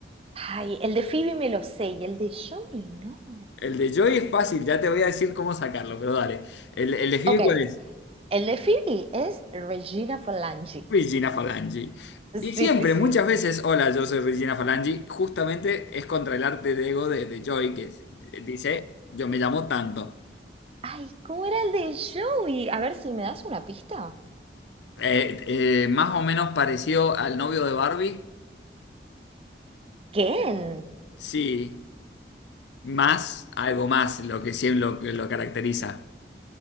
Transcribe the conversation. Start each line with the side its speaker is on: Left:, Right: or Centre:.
Right: Ay, el de Phoebe me lo sé y el de Joey no.
Left: El de Joy es fácil, ya te voy a decir cómo sacarlo, pero dale. ¿El, el de Phoebe
Right: Ok,
Left: cuál es?
Right: el de Phoebe es Regina Falangi.
Left: Regina Falangi. Y siempre,
Right: Sí, sí, sí.
Left: muchas veces, hola, yo soy Regina Falangi, justamente es contra el arte de ego de, de Joy, que es- dice, yo me llamo tanto.
Right: Ay, ¿cómo era el de Joey? A ver si me das una pista.
Left: Eh, eh, más o menos parecido al novio de Barbie.
Right: ¿Quién?
Left: Sí, más, algo más, lo que siempre lo, que lo caracteriza.